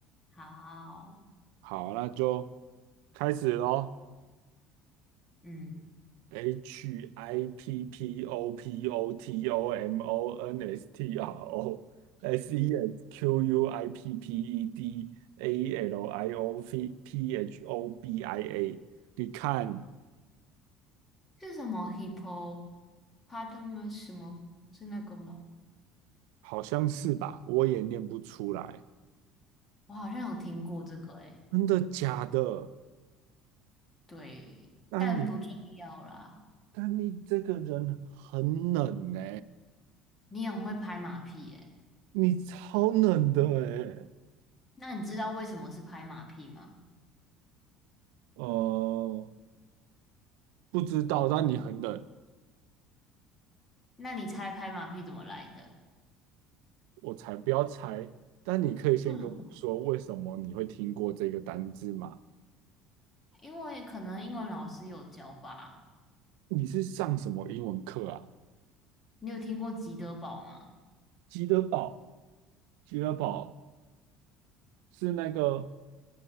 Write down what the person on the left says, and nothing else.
好，
嗯，
是什么 h i p p o p a r t a e u s 什么？是那个吗？
我好像有听过这个诶、
对，
但不重要啦。
你很会拍马屁诶、
那你知道为什么是拍马屁吗？
那你猜拍马屁怎么来的？
为什么？
因为可能英文老师有教吧。
你有听过吉德堡吗？